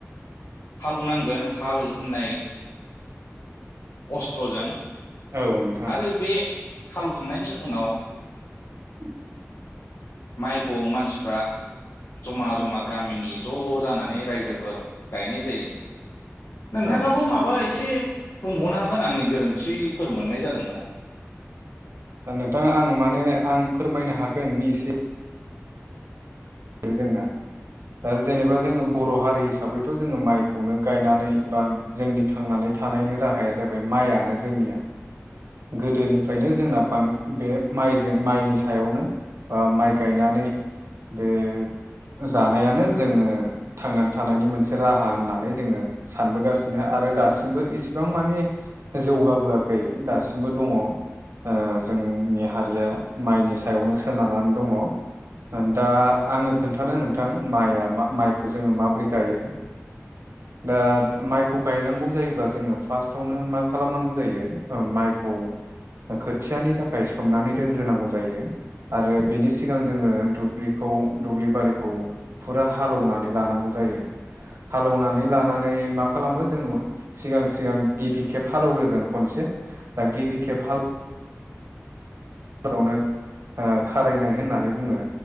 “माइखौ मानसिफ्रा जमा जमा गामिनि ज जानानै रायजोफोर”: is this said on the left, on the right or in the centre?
Left